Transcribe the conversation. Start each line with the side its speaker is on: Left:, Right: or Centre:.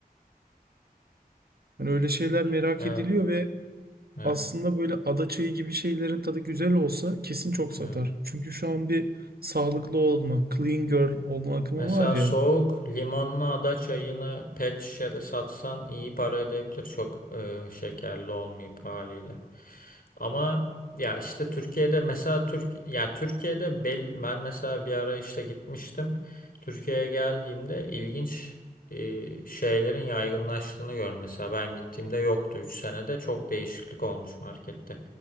Right: Hani öyle şeyler merak
Left: Evet,
Right: ediliyor ve
Left: evet,
Right: aslında böyle ada çayı gibi şeylerin tadı güzel olsa kesin çok satar.
Left: evet.
Right: Çünkü şu an bir sağlıklı olma, clean girl olma akımı
Left: Mesela
Right: var ya.
Left: soğuk limonlu ada çayını pet şişede satsan iyi para edebilir çok e, şekerli olmayıp haliyle. Ama ya işte Türkiye'de mesela Türk ya Türkiye'de bel, ben mesela bir ara işte gitmiştim. Türkiye'ye geldiğimde ilginç e, şeylerin yaygınlaştığını gör. Mesela ben gittiğimde yoktu 3 senede çok değişiklik olmuş markette.